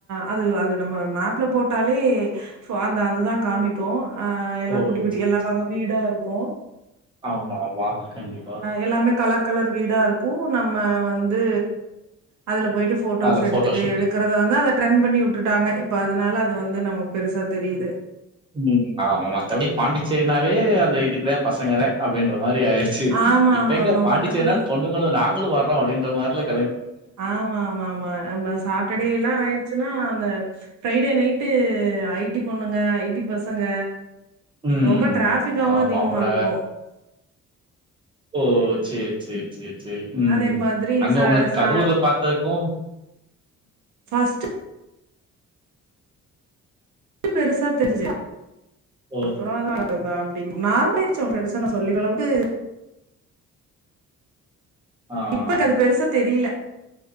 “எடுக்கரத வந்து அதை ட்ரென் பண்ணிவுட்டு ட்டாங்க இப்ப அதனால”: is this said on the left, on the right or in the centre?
Right